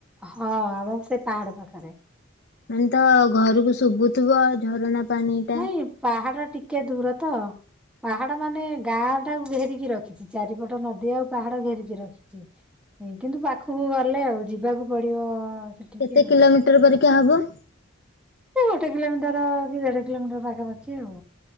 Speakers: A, in the centre; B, on the left.
A: ହଁ ଆମର ସେଇ ପାହାଡ ପାଖରେ।
B: ମାନେ ତ ଘରକୁ ଶୁଭୁଥିବ ଝରଣା ପାଣି ଟା
A: ନାଇଁ ପାହାଡ଼ ଟିକେ ଦୂର ତ ପାହାଡ ମାନେ ଗାଁ ଟାକୁ ଘେରିକି ରଖିଚି ଚାରିପଟ ନଦୀ ଆଉ ପାହାଡ ଘେରିକି ରଖି କିନ୍ତୁ ପାଖକୁ ଗଲେ ଆଉ ଯିବାକୁ ପଡିବ ସେଠିକି
B: କେତେ
A: ଆଉ।
B: କିଲୋମିଟର ପରୀକା ହବ?
A: ଏ ଗୋଟେ କିଲୋମିଟର କି ଦେଢ କିଲୋମିଟର ପାଖାପାଖି ଆଉ।